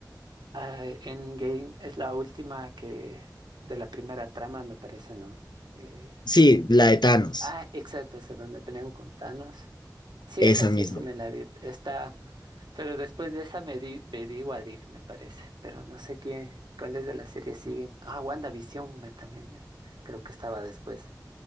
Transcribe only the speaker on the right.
ah, Endgame es la última que de la primera trama, me parece, ¿no? Eh,
ah, exacto, esa donde pelean con Thanos. Sí,
esa sí,
sí me la vi. Está, pero después de esa me, di- me vi What If, me parece. Pero no sé qué, cuáles de las series siguen. Ah, WandaVision me- también me- creo que estaba después.